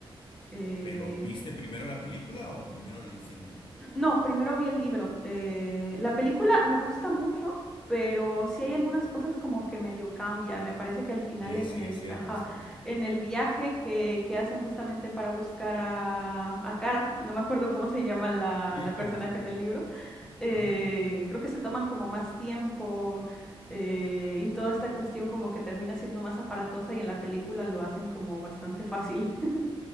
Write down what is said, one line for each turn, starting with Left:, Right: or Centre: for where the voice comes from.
Centre: Eh,
Left: Pero ¿viste primero la película o primero leíste el libro?
Centre: no, primero vi el libro. eh, la película me gusta mucho, pero sí hay algunas cosas como que medio cambia. Me parece que al final
Left: Sí,
Centre: en
Left: sí,
Centre: el,
Left: es cierto,
Centre: ajá,
Left: es cierto.
Centre: en el viaje que, que hacen justamente para buscar a, a Cara, no me acuerdo cómo se llama la,
Left: Sí,
Centre: la
Left: es
Centre: personaje
Left: claro, sí.
Centre: en el libro eh,
Left: Ujú.
Centre: creo que se toman como más tiempo eh, y toda esta cuestión como que termina siendo más aparatosa y en la película lo hacen como bastante fácil. <laughs>